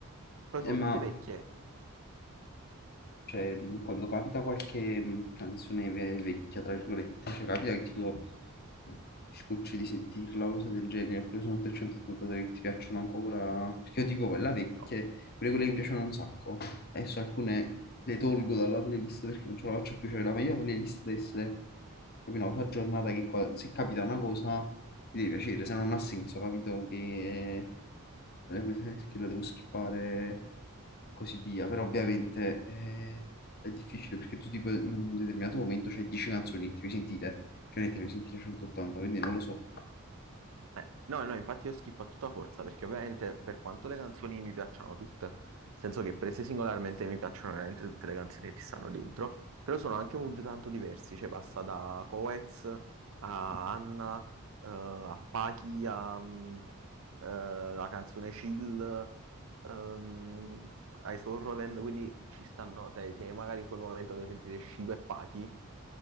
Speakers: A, on the right; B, on the left.
A: Poi sono
B: Eh, ma
A: tutte vecchie.
B: Cioè, mh, quando capita qualche mh, canzone ve- vecchia, tra virgolette, cioè capita che tipo ti scocci di sentirla, cose del genere, oppure sono 883 che ti piacciono ancora, perché io dico quella vecchia,
A: No.
B: pure quelle che mi piacevano un sacco, adesso alcune le tolgo dalla playlist perché non ce la faccio più, cioè la mia playlist deve essere proprio una cosa aggiornata che qua- se capita una cosa mi deve piacere, se no non ha senso, capito? Che, eh, che la devo skippare e così via. Però ovviamente eh, è difficile perché tu tipo in un determinato momento c'hai 10 canzoni e ti devi sentire, cioè ne ti devi sentire 180, quindi non lo so.
A: Eh, No, no, infatti io skippo a tutta forza perché ovviamente per quanto le canzoni mi piacciono tutte, nel senso che prese singolarmente mi piacciono veramente tutte le canzoni che ci stanno dentro, però sono anche mood tanto diversi, cioè passa da Coez a
B: Mm.
A: Anna, eh, a Pachi, a mm, eh, la canzone Chill, ehm, ai Sorroland, quindi ci stanno, te, se magari in quel momento voglio sentire Shiva e Pachi,